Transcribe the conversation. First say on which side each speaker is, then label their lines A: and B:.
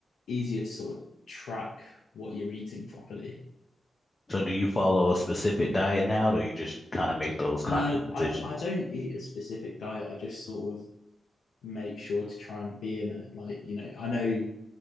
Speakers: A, on the left; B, on the left.
A: easier to sort of track what you're eating properly.
B: So do you follow a specific diet now, or you just kind of make those conscious
A: Uh,
B: decisions?
A: I I don't eat a specific diet. I just sort of make sure to try and be in it. Like you know, I know